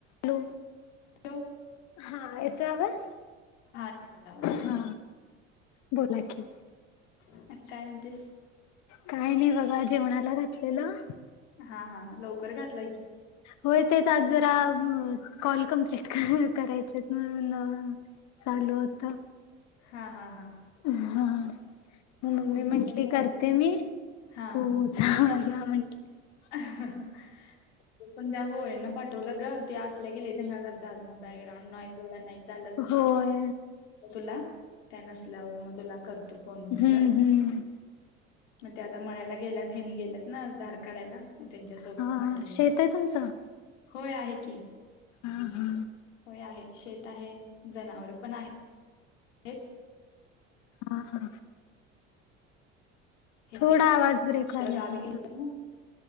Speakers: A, on the left; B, on the left.
A: Hello
B: ठेवू
A: हा येतो आवाज
B: येतोय आवाज येतोय
A: हा बोला की
B: आणि काय म्हणतेस
A: काय नाही बघा जेवणाला घातलेलं.
B: हा हा लवकर घातलाय की
A: होय तेच आज जरा कॉल कमप्लीट करायचे म्हणून म चालू होतं.
B: हा हा हा
A: हा म मम्मी
B: आमचं
A: म्हंटली
B: पण
A: करते मी
B: हा
A: तू हां जा म्हटली.
B: <inaudible> मी पण त्या गोळ्यांना पाठवलं ग ते असल्या गिले दंगा करतात म बॅग्राऊंड नॉईज एवढा नाही चालत
A: होय
B: तुला त्या नसल्यावर मग तुला करतो. फोन
A: हम्म
B: म्हटलं
A: हम्म
B: मग ते आता मळ्यायला गेल्यात हेनी गेल्यात ना धार काढायला. म त्यांच्यासोबत
A: हा
B: पाठवले
A: शेत
B: तर
A: आहे तुमचं
B: होय आहे की
A: हा हा
B: होय आहे शेत आहे जनावर पण आहे. हे
A: हा हा
B: हे
A: थोडा आवाज ब्रेक व्हायलाय
B: गावी
A: तुमचा
B: गेलंत नां